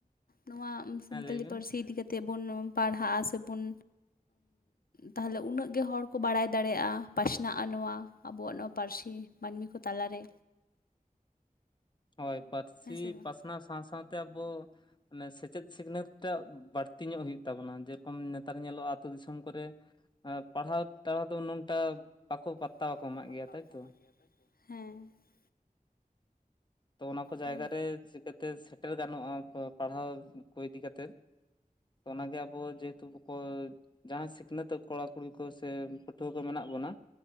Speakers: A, on the left (about 80°); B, on the left (about 30°).
A: ᱱᱚᱣᱟ ᱥᱟᱱᱛᱟᱞᱤ
B: ᱦᱮᱸ ᱞᱟᱹᱭ ᱵᱤᱱ
A: ᱯᱟᱹᱨᱥᱤ ᱤᱫᱤ ᱠᱟᱛᱮ ᱛᱮ ᱵᱚᱱ ᱯᱟᱲᱦᱟᱜᱼᱟ ᱥᱮᱵᱚᱱ ᱛᱟᱦᱚᱞᱮ ᱩᱱᱟᱹᱜ ᱜᱮ ᱦᱚᱲ ᱠᱚ ᱵᱟᱲᱟᱭ ᱫᱟᱲᱮᱭᱟᱜᱼᱟ ᱯᱟᱥᱱᱟᱜᱼᱟ ᱱᱚᱣᱟ ᱟᱵᱚᱣᱟᱜ ᱱᱚᱣᱟ ᱯᱟᱹᱨᱥᱤ ᱢᱟᱹᱱᱢᱤ ᱠᱚ ᱛᱟᱞᱟᱨᱮ
B: ᱦᱳᱭ ᱯᱟᱹᱨᱥᱤ
A: ᱦᱮᱸ ᱥᱮ ᱵᱟᱝ
B: ᱯᱟᱥᱱᱟᱣ ᱥᱟᱶ ᱥᱟᱶᱛᱮ ᱟᱵᱚ ᱢᱟᱱᱮ ᱥᱮᱪᱮᱫ ᱥᱤᱠᱷᱱᱟᱹᱛ ᱴᱟᱜ ᱵᱟᱹᱲᱛᱤ ᱧᱚᱜ ᱦᱩᱭᱩᱜ ᱛᱟᱵᱚᱱᱟ ᱡᱮ ᱠᱚᱢ ᱱᱮᱛᱟᱨ ᱧᱮᱞᱚᱜᱼᱟ ᱟᱹᱛᱳ ᱫᱤᱥᱚᱢ ᱠᱚᱨᱮ ᱯᱟᱲᱦᱟᱣ ᱴᱟᱲᱦᱟᱣ ᱫᱚᱝᱴᱟ ᱵᱟᱠᱚ
A: ᱛ
B: ᱵᱟᱠᱚ ᱮᱢᱟᱜ
A: ᱯᱟᱛᱟ
B: ᱜᱮᱭᱟ ᱛᱟᱭᱛᱚ
A: ᱠᱚᱟᱜ ᱜᱮᱭᱟ ᱦᱮᱸ <unintelligible>
B: ᱛᱚ ᱚᱱᱟ ᱠᱚ ᱡᱟᱭᱜᱟ
A: ᱦᱳᱭ
B: ᱨᱮ ᱪᱤᱠᱟᱹᱛᱮ ᱥᱮᱴᱮᱨ ᱜᱟᱱᱚᱜᱼᱟ ᱯᱟᱲᱦᱟᱣ ᱠᱚ ᱤᱫᱤ ᱠᱟᱛᱮ ᱚ ᱚᱱᱟᱜᱮ ᱟᱵᱚ ᱡᱮᱦᱮᱛᱩ ᱡᱟᱦᱟᱸᱭ ᱥᱤᱠᱷᱱᱟᱹᱛᱚᱜ ᱠᱚᱲᱟ ᱠᱩᱲᱤ ᱠᱚ ᱥᱮ ᱯᱟᱹᱴᱷᱩᱣᱟᱹ ᱠᱚ ᱢᱮᱱᱟᱜ ᱵᱚᱱᱟ